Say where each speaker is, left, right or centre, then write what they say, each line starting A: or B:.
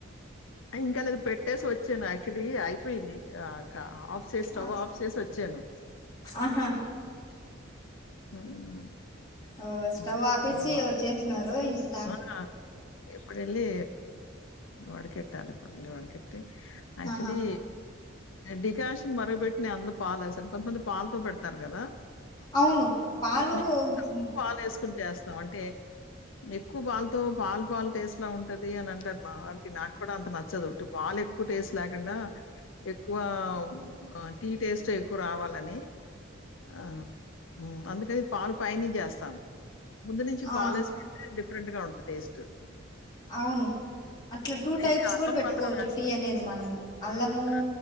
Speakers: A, on the left; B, on the left.
A: ఇంకా లేదు పెట్టేసి వచ్చాను యాక్చువల్లీ అయిపోయింది ఆఫ్ చేసి స్టవ్
B: ఆ,
A: ఆఫ్ చేసి వచ్చాను.
B: ఆహా
A: హ్మ్.
B: ఓ స్టవ్
A: మరి
B: ఆపేసి
A: ఇప్పుడు వ
B: వచేసినారు ఇంకా
A: ఆ ఎప్పుడెల్లి వాడకెట్టాలి పల్లి వాడకెట్ట యాక్చువల్లీ
B: ఆహా
A: డికాషన్ మరగ పెట్టి అంద పాలస పాలతో పెడతారు కదా
B: అవును. పాలు
A: మేము
B: హ్మ్.
A: పాలు వేసుకుని చేస్తాం అంటే ఎక్కువ పాల్తో పాల్ పాల్ టేస్ట్ లా ఉంటది అని అంటారు. మా వారికి నాకు కూడా అంత నచ్చదుట్టి పాలు ఎక్కువ టేస్ట్ లేకుండా ఎక్కువ ఆ టీ టేస్ట్ ఎక్కువ రావాలని ఆ అందుకని పాలు పైన వేస్తా ముందు నుంచి
B: ఆ!
A: పాలేసు రెంట్గా ఉంటుది టేస్ట్
B: అవును అట్లా టూ
A: అయితే
B: టైప్స్
A: అల్లం
B: కూడా పెట్టుకోవచ్చు
A: మాత్రం వేస్తాను
B: టీ అనేది మనము అల్లము
A: ఆ,